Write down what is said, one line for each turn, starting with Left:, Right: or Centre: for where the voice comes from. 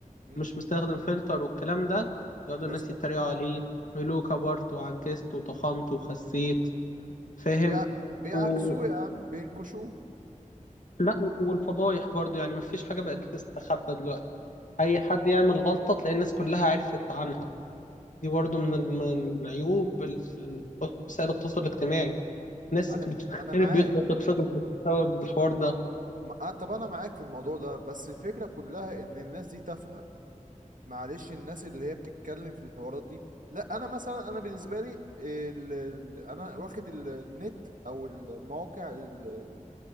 Right: مم.
Left: مش مستخدم فلتر والكلام ده يقعدوا
Right: ناس
Left: الناس
Right: ب-
Left: يتريقوا عليه ويقولوا كبرت وعجزت وطخنت وخسيت فاهم
Right: بيع... بيعكسوه
Left: و...
Right: يا عم بينكشوه
Left: لا والفضايح برضو يعني مفيش حاجة بقت تستخبى دلوقتي أي حد يعمل غلطة تلاقي الناس كلها عرفت عنها دي برضو
Right: ما-
Left: من ال- من عيوب ال- وسائل التواصل الاجتماعي ناس
Right: انا
Left: بتتخرب
Right: انا معاك
Left: بيوتها وتتفضح بسبب الحوار ده
Right: ما... آه، طب انا معاك في الموضوع ده بس الفكرة كلها ان الناس دي تافهة معلش الناس اللي هي بتتكلم في الحوارات دي لا انا مثلا انا بالنسبه لي ال- ال- انا واخد ال- النت او المواقع ال-